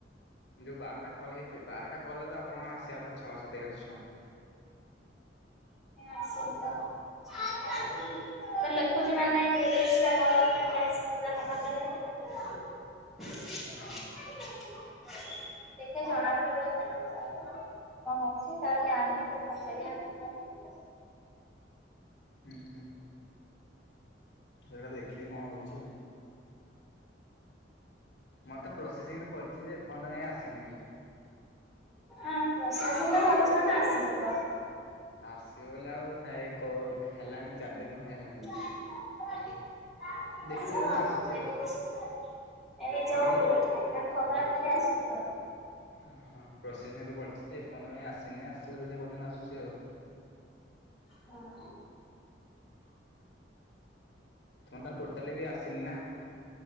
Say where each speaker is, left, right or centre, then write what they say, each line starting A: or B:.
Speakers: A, on the left; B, in the centre.
A: ଯୋଉ ବାରଟା କଲ ହେଇଥ ବାରଟା କଲ ତ ଆପଣଙ୍କ ଆସିବା କଥା ଛଅଶ ତୋଆଳିଶୀ ଟଙ୍କା।
B: କାଇଁ ଆସିନି ତ।
A: ଆଉ
B: ତ ଲେଖୁଛି ମାନେ ତିରିଶି ଟା କଲ ଆମେ କର୍ ପୁରା କଲା ପରେ ଏମିତି କନ୍ <unintelligible>
A: ହଁ
B: ଦେଖିବା ଜଣା ପଡିବ ଏଇ <unintelligible> କଣ ହଉଛି ତାର ମାମଙ୍କୁ ଟିକେ ପଚାରିବା ଫୋନ୍ କରିକି।
A: ହୁଁ ହୁଁ। ସେଇଗୁଡ଼ା ଦେଖିବେ କଣ ହଉଛି ଆଉ। ମୋତ ତ ପ୍ରୋସେସିଂରୁରେ ପଡିଚି ଯେ ଏପର୍ଯୟନ୍ତ କାଇଁ ଆସିନି ବି।
B: ଆଁ ପ୍ରୋସେସିଙ୍ଗ ରେ ପଡିଚି ମାନେ ଆସିଯିବ।
A: ଆସିବ ଵେଲେ ଆଉ ଏଇ କଉ ହେଲାଣି ଚାରି ଦିନ ଖଣ୍ଡେ ହେଲାଣି। ବୋଧେ।
B: <inaudible>
A: ଦେଖିବା
B: ଆସିବ
A: କୋଉଦିନ
B: ଆଉ
A: ଆସୁଛି
B: ଡେରି ହଉଚି। ଏଇ
A: କଣ
B: ଜଉ
A: କହିଲ?
B: କୋଉଠି ପ୍ରୋବ୍ଲେମ୍ ବୋଲି ଆସିବ ବୋଧେ
A: ଓ ହଁ ପ୍ରୋସେସିଂରେ ପଡିଚି ଯେ ଏପର୍ଯ୍ୟନ୍ତ କାଇଁ ଆସିନି ଅସିବ ଦେଖିବା କେଉଦିନ ଆସୁଛି ଆଉ।
B: ହଁ।
A: ତମ ଟା ଟୋଟାଲି ବି ଆସିନି ନା?